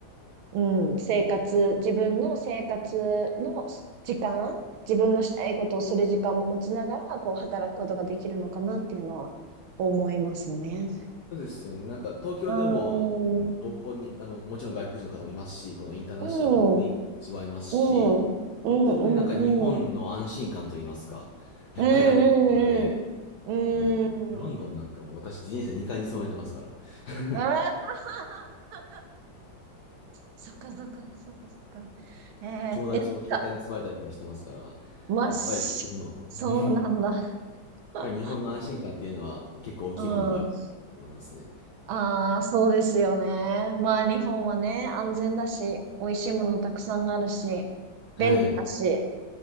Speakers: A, on the right; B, on the left.
A: うん、生活、自分の生活の時間、自分のしたいことをする時間も持ちながら、こう働くことができるのかなっていうのは思いますね。
B: そうですよね。なんか東京でも、
A: うー
B: あうの同行に、
A: ん、う
B: あの、もちろん外国人の方もいますし、このインターナショナルな雰囲気味わえますし、
A: ん、うん、うん、うん、うん、
B: あとやっぱりなんか日本の安心感といいますか、
A: うん、
B: やっぱりあると思うので、
A: うん、うん、
B: あのロンドンなんかも私自転車2回盗まれてますから、
A: うん、
B: <laughs>
A: ああ、<laughs> そっかそっかそっかそっか。えー、え、
B: 友達も携帯に盗まれたりとかしてますから、
A: なんか、まっし、
B: やっぱり日本の、
A: そうなんだ。
B: うんやっぱり日本の安心感っていうのは結構大きいものがあると思いますね。
A: <laughs> うん。ああ、そうですよね。まあ、日本はね、安全だし、美味しいものたくさんあるし、
B: はい。
A: 便利だし、